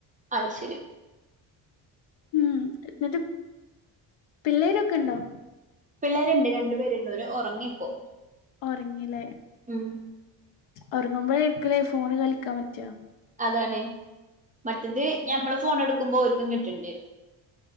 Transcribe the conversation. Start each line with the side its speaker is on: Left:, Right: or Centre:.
Right: അത് ശരി
Left: ഉം എന്നിട്ട് പിള്ളേരൊക്കെ ഉണ്ടോ
Right: പിള്ളേരുണ്ട് രണ്ടു പേരുണ്ട് ഉറങ്ങിപ്പോ
Left: ഉറങ്ങില്ലേ
Right: ഉം
Left: ഉറങ്ങുമ്പോഴേ ഇരിക്കലേ ഫോണ് കളിക്കാൻ പറ്റിയ
Right: അതാണ് മറ്റത് ഞമ്മള് ഫോൺ എടുക്കുമ്പോ കിട്ടണ്ടണ്ട്